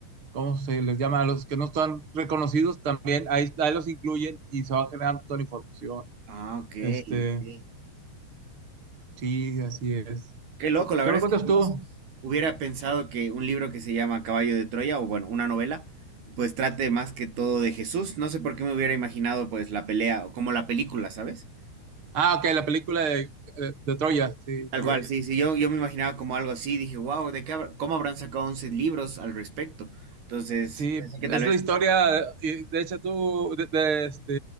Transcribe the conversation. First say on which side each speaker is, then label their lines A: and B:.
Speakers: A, on the right; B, on the right.
A: ¿cómo se les llama? A los que no están reconocidos también, ahí, ahí los incluyen y se va generando toda la información.
B: Ah, ok,
A: Este,
B: ok.
A: sí, así es.
B: Qué loco, la
A: ¿Qué
B: verdad
A: me cuentas
B: es que jamás
A: tú?
B: hubiera pensado que un libro que se llama Caballo de Troya, o bueno, una novela, pues trate más que todo de Jesús. No sé por qué me hubiera imaginado pues la pelea, o como la película, ¿sabes?
A: Ah, ok, la película de, de, de Troya, sí,
B: Tal
A: sí.
B: cual, sí, sí, yo, yo me imaginaba como algo así, dije, wow, ¿de qué habrá- cómo habrán sacado 11 libros al respecto? Entonces,
A: Sí,
B: pensé que tal
A: es
B: vez...
A: la historia, y de hecho tú, de, de, este,